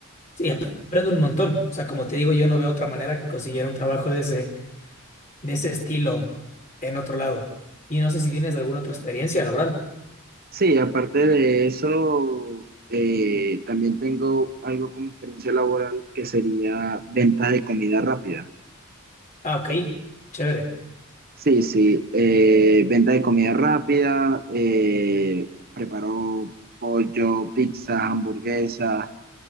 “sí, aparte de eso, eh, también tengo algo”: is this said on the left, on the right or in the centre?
Right